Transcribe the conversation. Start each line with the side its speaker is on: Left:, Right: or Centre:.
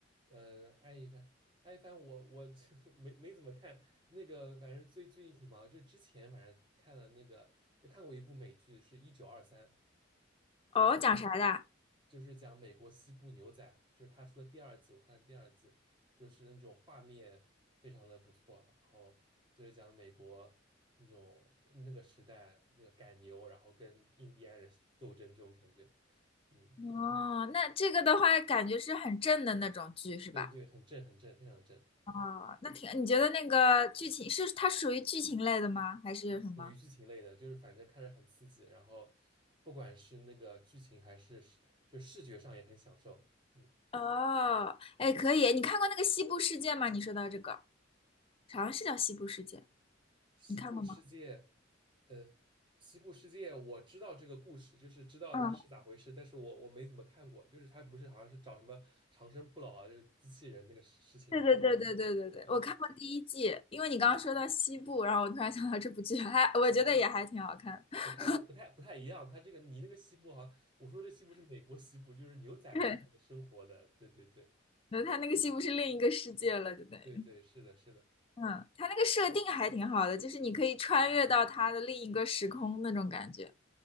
Right: 呃，爱一帆，爱一帆，我，我 <laughs> 没没怎么看那个，反正最最近挺忙，就之前反正看了那个，又看过一部美剧，是一九二三，
Left: 哦，讲啥的啊
Right: 就是讲美国西部牛仔，就是他出了第二季，我看了第二季，就是那种画面非常的不错，然后就是讲美国那种那个时代这个赶牛，然后跟印第安人 <laughs> 斗争这种感觉，嗯，
Left: 哦，那这个的话，感觉是很正的那种剧，是吧？
Right: 对对，很正很正，非常正，
Left: 哦，
Right: 嗯，
Left: 那挺，你觉得那个剧情是它属于剧情类的吗？还是有什么？
Right: 属于剧情类的，就是反正看着很刺激，然后不管是那个剧情还是视就视觉上也很享受，嗯。
Left: 哦，哎，可以，你看过那个西部世界吗？你说到这个，好像是叫西部世界，
Right: 西部世界，
Left: 你看过吗？
Right: 呃，西部世界，我知道这个故事，就是知道它是咋回事，
Left: 嗯，
Right: 但是我我没怎么看过，就是它不是好像是找什么长生不老啊，就是机器人那个事事情吗？
Left: 对对对对对对对，
Right: 嗯嗯，
Left: 我看过第一季，因为你刚刚说到西部，
Right: 嗯
Left: 然后我突然想到这部剧，还我觉得也还挺好看。<laughs>
Right: 呃，它它不太不太一样，它这个你那个西部好像，我说这西部是美国西部，就是牛仔那个生活的，
Left: 对，
Right: 对对对
Left: 那他那个西部是另一个世界了，就等于，
Right: 对对，是的是的，
Left: 嗯，他那个设定还挺好的，就是你可以穿越到他的另一个时空那种感觉。